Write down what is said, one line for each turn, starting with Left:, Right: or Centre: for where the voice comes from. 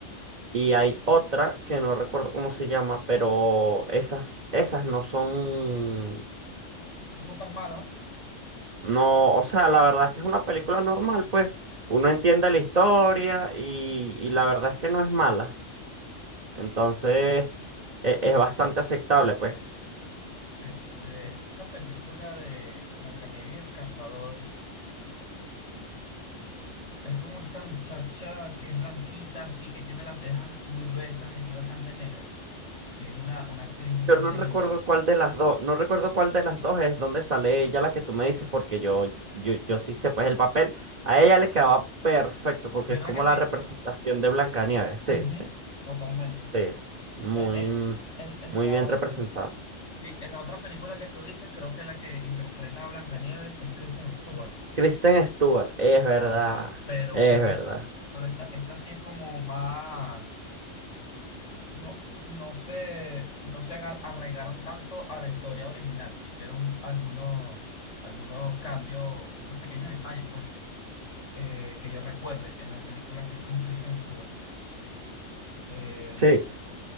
Right: y hay otra que no recuerdo cómo se llama, pero esas, esas no son.
Left: No Son tan malas.
Right: No, o sea, la verdad es que es una película normal, pues uno entiende la historia y, y la verdad es que no es mala. Entonces, e- es, bastante aceptable, pues.
Left: Este, esta película de Blancanieves y el cazador es como esta muchacha que es blanquita, así que tiene las cejas muy gruesas y sí bastante negras, que es una, una actriz bastante
Right: Yo no recuerdo
Left: linda ella.
Right: cuál de las dos, no recuerdo cuál de las dos es donde sale ella, la que tú me dices, porque yo, yo, yo, yo sí sé, pues el papel a ella le quedaba perfecto, porque
Left: ¿Verdad
Right: es como
Left: que sí?
Right: la representación de Blancanieves. Sí,
Left: Ujú,
Right: sí, sí,
Left: totalmente.
Right: es muy,
Left: Eh, eh, en, en
Right: muy
Left: la,
Right: bien representada.
Left: sí, en la otra película que tú dices, creo que la que interpreta a Blancanieves es Kristen Stewart.
Right: Kristen Stewart, es verdad,
Left: Ajá, pero,
Right: es
Left: pero,
Right: verdad.
Left: pero esta, esta sí es como más. no, no se, no se aga- arraigaron tanto a la historia original. Hicieron algunos, algunos cambios, unos pequeños detalles, pues, eh, que yo recuerde en la película que es con Kristen Stewart. Se,
Right: Sí.
Left: mm,